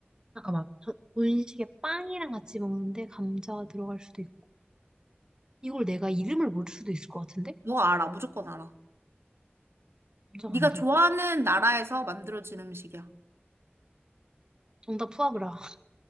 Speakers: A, on the right (about 20°); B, on the right (about 90°).
A: 잠깐만. 저 분식에 빵이랑 같이 먹는데 감자가 들어갈 수도 있고. 이걸 내가 이름을 모를 수도 있을 것 같은데?
B: 너 알아, 무조건 알아.
A: 감자가
B: 네가
A: 안 들어.
B: 좋아하는 나라에서 만들어진 음식이야.
A: 정답 푸아그라. <laughs>